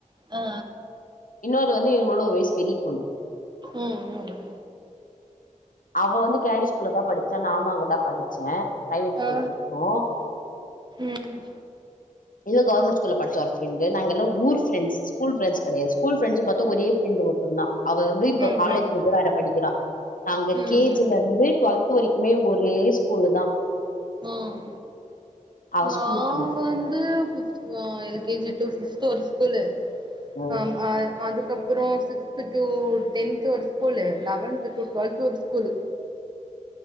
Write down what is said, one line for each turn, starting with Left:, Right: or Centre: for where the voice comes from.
Right: ஆ
Left: இன்னொரு வந்து இவ்ங்களோட ஒரு வய்சு பெரி பொண்ணு
Right: ம் ம் ம்
Left: அவ வந்து கேடி ஸ்கூல்லதா படிச்சா நானு அங்கதா படிச்சே ப்ரைவேட் ஸ்கூல்ல
Right: ஆ
Left: படிச்சோ
Right: ம்
Left: இங்க கவர்மெண்ட் ஸ்கூல படிச்சா ஒரு ஃப்ரெண்டு நாங்கெல்லா ஊரு ஃப்ரெண்டஸ் ஸ்கூல் ஃப்ரெண்ட்ஸ் கெடையது ஸ்கூல் ஃப்ரெண்ட்ஸுன் பாத்தா ஒரே ஃப்ரெண்டு மட்டுந்தா அவ வந்து இப்ப
Right: ம் ம்
Left: காலேஜ் வந்து வேற படிக்கிறா நாங்க
Right: ம்
Left: கேஜில
Right: ம்
Left: இருந்து ட்லொல்த்து வரிக்குமே ஒரே ஸ்கூலு தா
Right: ம்
Left: அவ
Right: நா
Left: ஸ்கூலுக்கு
Right: வந்து அ L K G to sixth ஒரு ஸ்கூலு
Left: ம்
Right: அம் அ அதுக்கப்புறோ சிக்ஸ்து டூ டென்த்து ஒரு ஸ்கூலு லெவன்த் டூ ட்வெல்த்து ஒரு ஸ்கூலு